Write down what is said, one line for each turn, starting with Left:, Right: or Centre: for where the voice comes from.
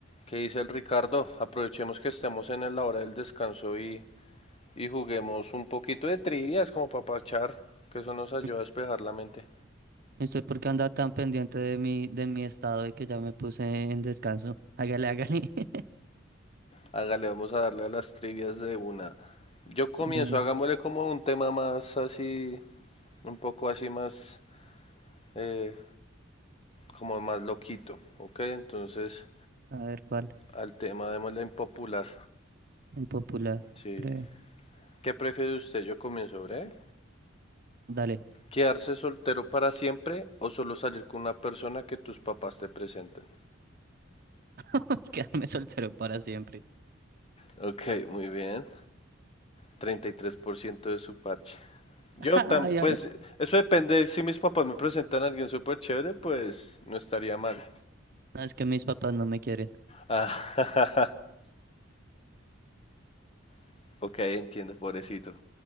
Left: ¿Qué dice el Ricardo? Aprovechemos que estamos en la hora del descanso y, y juguemos un poquito de trivias como para parchar, que eso nos ayuda
Right: Us-
Left: a despejar la mente.
Right: ¿Usted por qué anda tan pendiente de mi, de mi estado y que ya me puse en descanso? Hágale, hágale. <laughs>
Left: Hágale, vamos a darle a las trivias de una. Yo comienzo,
Right: De una.
Left: hagámosle como un tema más así, un poco así más, eh, como más loquito, ¿ok? Entonces,
Right: A ver cuál.
Left: al tema démosle impopular.
Right: Impopular.
Left: Sí.
Right: Breve.
Left: ¿Qué prefiere usted? Yo comienzo, ¿eh?
Right: Dale.
Left: ¿Quedarse soltero para siempre o solo salir con una persona que tus papás te presenten?
Right: <laughs> Quedarme soltero para siempre.
Left: Ok, muy bien. 33% de su parche. Yo
Right: <laughs> Ay,
Left: tam, pues,
Right: ay, ay.
Left: eso depende. Si mis papás me presentan a alguien súper chévere, pues no estaría mal.
Right: No, es que mis papás no me quieren.
Left: Ah, <laughs> ok, entiendo, pobrecito.